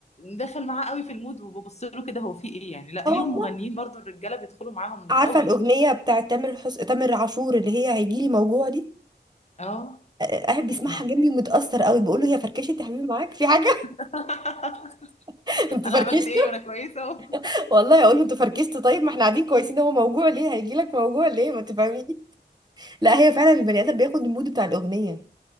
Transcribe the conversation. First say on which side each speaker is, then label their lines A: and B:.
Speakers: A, on the left; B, on the right.
A: دخل معاه قوي في المود وببص له كده هو في ايه يعني لا
B: اه
A: ليهم
B: والله
A: مغنيين برضو الرجاله بيدخلوا معاهم
B: عارفه
A: قوي
B: الاغنيه
A: يعني
B: بتاعت تامر حس... تامر عاشور اللي هي هيجيلي موجوع دي
A: اه
B: آه، قاعد بيسمعها
A: لا
B: جنبي ومتاثر قوي بقول له هي فركشت يا حبيبي معاك في حاجه
A: <laughs>
B: <laughs> انتوا
A: انا
B: فركشتوا
A: عملت ايه وانا كويسه اهو
B: والله اقول له انتوا فركشتوا طيب ما احنا قاعدين كويسين هو موجوع ليه هيجي لك موجوع ليه ما تفهميش لا هي فعلا البني ادم بياخد المود بتاع الاغنيه